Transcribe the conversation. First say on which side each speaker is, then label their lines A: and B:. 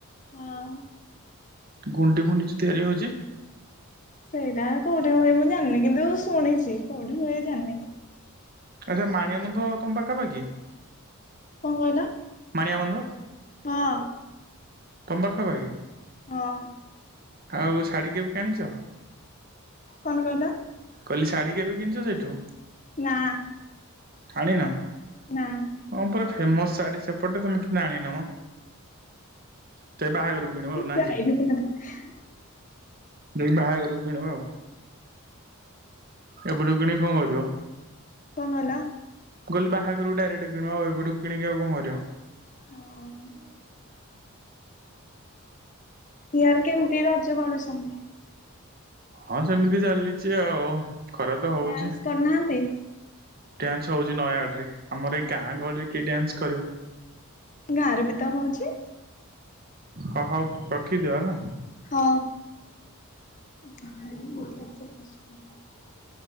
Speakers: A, on the left (about 35°); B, on the right (about 45°).
A: ହଁ।
B: ଗୁଣ୍ଡି ଫୁଣ୍ଡି ଛି ତିଆରି ହଉଛି।
A: ସେଇଟା କୋଉଠି ହୁଏ ମୁଁ ଜା ନି କିନ୍ତୁ ଶୁଣିଛି କୋଉଠି ହୁଏ ଜାଣିନି।
B: ଆଚ୍ଛା ମାଣିଆବନ୍ଧ ତମ ପାଖା ପାଖି
A: କଣ କହିଲ?
B: ମାଣିଆ ବନ୍ଧ।
A: ହଁ
B: ତମ ପାଖା ପାଖି
A: ହଁ
B: ଆଉ ଶାଢୀ କେବେ କିଣିଛ?
A: କଣ କହିଲ?
B: କହିଲି ଶାଢ଼ୀ କେବେ କିଣିଛ ସେଠୁ?
A: ନା।
B: ଆଣିନ।
A: ନା।
B: ହଁ ପରା ଫେମସ ଶାଢୀ ସେପଟେ ତମେ କିଁ ଆଣିନ ମ ସେ ବାହାଘରକୁ କିିଣିବ ଆଉ ନା
A: ଯାଇଥିଲି
B: କି
A: <inaudible>
B: ଯାଇ ବାହାଘରକୁ କିଣିବ ଆଉ। ଏବେଠୁ କିଣି କଣ କରିବ?
A: ପହଲା
B: କହିଲି ବାହାଘରକୁ ଡାଇରେକ୍ଟ କିଣିବ ଆଉ ଏବେଠୁ କିଣିକି ଆଉ କଣ କରିବ?
A: ହଁ ଇଆରେ କେମିତି ରଜ ପାଳୁଚନ୍ତି?
B: ହଁ ସେମିତି ଚାଲିଛି ଆଉ ଖରା ତ ହଉଛି
A: ଡ୍ୟାନ୍ସ କରିନାହାନ୍ତି?
B: ଡ୍ୟାନ୍ସ ହଉଛି ନୟାଗଡ଼ରେ। ଆମର ଏଇ ଗାଁ ଗହଳିରେ କିଏ ଡ୍ୟାନ୍ସ କରିବ?
A: ଗାଁରେ ବି ତ ହଉଛି
B: ହ ହଉ ରଖିଦିଅ ହେଲା।
A: ହଁ। ତାହେ ମୋତେ ଏତେ କଷ୍ଟ ହଉଚି।